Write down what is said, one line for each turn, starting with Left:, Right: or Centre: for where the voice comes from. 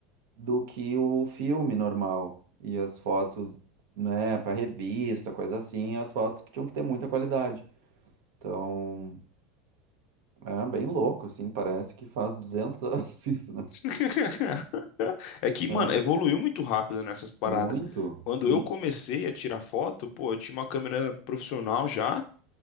Right: do que o filme normal. E as fotos, né, para revista, coisa assim, as fotos que tinham que ter muita qualidade. Então, é bem louco, assim, parece que faz 200 anos <laughs> isso, né?
Left: <laughs> É que, mano,
Right: É.
Left: evoluiu muito rápido nessas paradas.
Right: Muito,
Left: Quando
Right: sim,
Left: eu comecei a tirar foto, pô, eu tinha uma câmera profissional já,